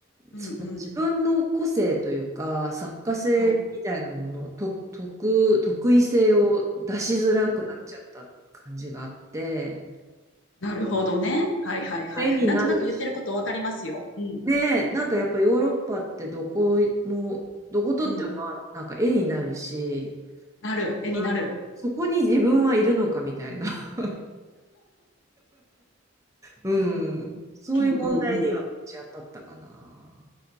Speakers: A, on the left; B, on the right.
A: うんうん。
B: その自分の個性というか、作家性みたいなもの、
A: はい。
B: と、得、得意性を出しづらくなっちゃった感じがあって、
A: うん。なるほどね。はいはいはいはい。
B: 目になるし、
A: なんとなく言ってることわかりますよ。うん。
B: ねえ、なんかやっぱヨーロッパってどこも、どこ撮ってもまあなんか絵になるし、
A: うん。なる。絵になる。
B: うんそこに自分はいるのかみたいな、<laughs> うん、そういう問題にはぶち当たったかな。
A: うんうんうん。